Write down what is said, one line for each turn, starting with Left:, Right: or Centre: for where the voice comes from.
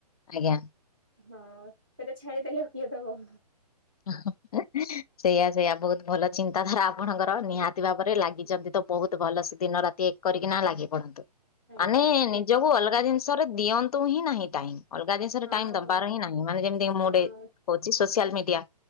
Left: ଆଜ୍ଞା।
Centre: ହଁ ସେଟା ଛାଡି ଦେଲେ ଆଉ କିଏ ଦବ?
Left: ହ ସେଇଆ ସେଇଆ ବହୁତ ଭଲ ଚିନ୍ତାଧାରା ଆପଣଙ୍କର। ନିହାତି ଭାବରେ ଲାଗିଛନ୍ତି ତ ବହୁତ ଭଲସେ ଦିନ ରା ଏକ କରିକି ନା ଲାଗି ପଡନ୍ତୁ
Centre: ଆଜ୍ଞା
Left: ମାନେ
Centre: ଦେଖ
Left: ନିଜକୁ ଅଲଗା
Centre: ହଁ
Left: ଜିନିଷରେ ଦିଅନ୍ତୁ ହିଁ ନାହିଁ ଟାଇମ। ଅଲଗା ଜିନିଷରେ
Centre: ହଁ
Left: ଟାଇମ୍ ଦବାର
Centre: ହଁ
Left: ହିଁ ନାହିଁ ମାନେ ଯେମିତି ମୁଁ ଗୋଟେ
Centre: ହଁ
Left: କହୁଛି ସୋସିଆଲ ମିଡିଆ।